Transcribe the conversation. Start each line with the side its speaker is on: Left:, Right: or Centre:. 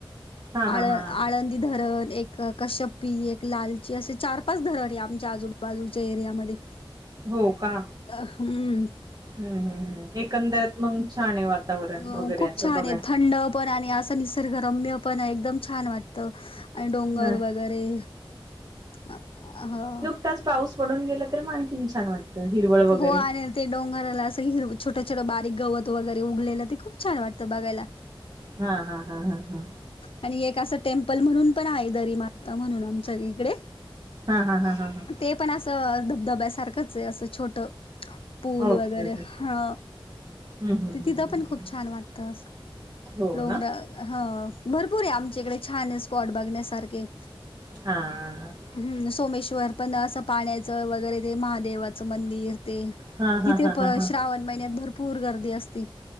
Right: हा हा
Left: आळ
Right: हा
Left: आळंदी धरण एक कश्यपी एक लालची असे चार -पाच धरण आहे आमच्या आजूबाजूच्या एरियामध्ये.
Right: हो का?
Left: अ हम्.
Right: हम्म हम्म हम्म एकंदरत मंग छान आहे वातावरण
Left: अ
Right: वगैरे
Left: खूप
Right: असं
Left: छान
Right: बगाय.
Left: आहे थंड पण आणि आसं निसर्ग रम्य पण आहे. एकदम छान वाटतं. आणि डोंगर
Right: हा
Left: वगैरे हा.
Right: क्ताच पाऊस पडून गेला तर मग आणखीन छान वाटतं. सं हिरवळ. वगैरे
Left: हो आणि ते डोंगराला आसं हिरव छोटं छोटं बारीक गवत वगैरे उगलेलं ते खूप छान वाटतं बगायला.
Right: हा हा हा हा हा.
Left: आणि एक असं टेम्पल म्हणून पण आहे दरी माता म्हणून आमच्या इकडे.
Right: हा हा हा हा हा.
Left: ते पण आसं धबधब्यासारखंच आसं छोट. पूल
Right: ओके
Left: वगैरे
Right: ओके
Left: हा
Right: हम्म हम्म
Left: तिथं
Right: हम्म
Left: पण
Right: हम्म
Left: खूप छान वाटत आसं.
Right: हो
Left: डोंगर
Right: ना
Left: हा भरपूर आहे. आमच्या इकडे छान स्पॉट बघण्यासारखे.
Right: हां.
Left: हम्म सोमेश्वर पण असं पाण्याचं वगैरे ते महादेवाचं मंदिर. ते
Right: हा
Left: तिथे
Right: हा हा
Left: पण
Right: हा हा
Left: श्रावण महिन्यात भरपूर गर्दी असते.